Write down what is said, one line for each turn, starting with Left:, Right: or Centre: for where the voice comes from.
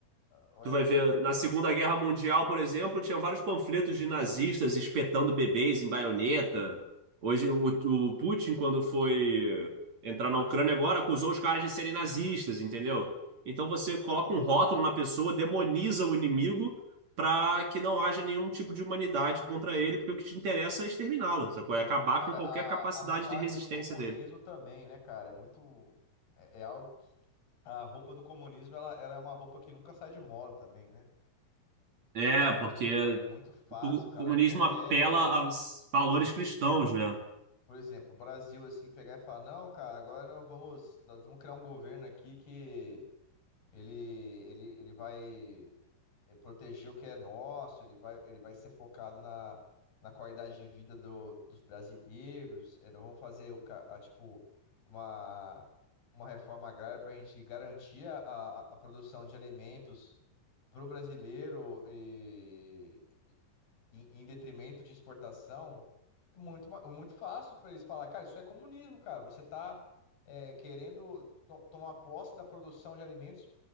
Left: ou
Right: Tu
Left: é
Right: vai
Left: por.
Right: ver, na Segunda Guerra Mundial, por exemplo, tinha vários panfletos de nazistas espetando bebês em baioneta. Hoje, o, o Putin, quando foi entrar na Ucrânia agora, acusou os caras de serem nazistas, entendeu? Então você coloca um rótulo na pessoa, demoniza o inimigo para que não haja nenhum tipo de humanidade contra ele, porque o que te interessa é exterminá-lo, sacou? É acabar
Left: Cara,
Right: com qualquer
Left: a,
Right: capacidade
Left: a roupagem
Right: de resistência
Left: do comunismo
Right: dele.
Left: também, né, cara? É muito. É, é algo que. A roupa do comunismo, ela, ela é uma roupa que nunca sai de moda também, né?
Right: É, porque
Left: É, é é muito fácil,
Right: o
Left: cara.
Right: comunismo
Left: Qualquer.
Right: apela a valores cristãos, né?
Left: Por exemplo, o Brasil, assim, pegar e falar: não, cara, agora nós vamos, nós vamos criar um governo aqui que ele, ele, ele vai. é, proteger o que é nosso, ele vai, ele vai ser focado na, na qualidade de vida do- dos brasileiros. É, não vamos fazer o, ca- a, tipo uma, uma reforma agrária para a gente garantir a, a, a produção de alimentos para o brasileiro e, em, em detrimento de exportação. É Muito, ma- muito fácil para eles falar, cara, isso é comunismo, cara. Você está querendo to- tomar posse da produção de alimentos